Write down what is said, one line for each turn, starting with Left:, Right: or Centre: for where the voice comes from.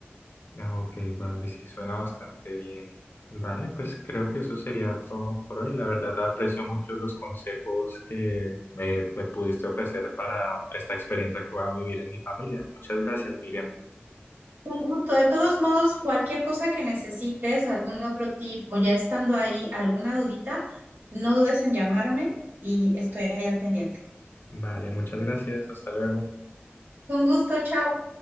Left: Ah, ok, vale, sí, suena bastante bien. Vale, pues creo que eso sería todo por hoy. La verdad, aprecio mucho los consejos que me, me pudiste ofrecer para esta experiencia que voy a vivir en mi familia. Muchas gracias, Miriam.
Right: Con gusto. De todos modos, cualquier cosa que necesites, algún otro tipo, ya estando ahí, alguna dudita, no dudes en llamarme y estoy ahí al pendiente.
Left: Vale, muchas gracias. Hasta luego.
Right: Con gusto, chao.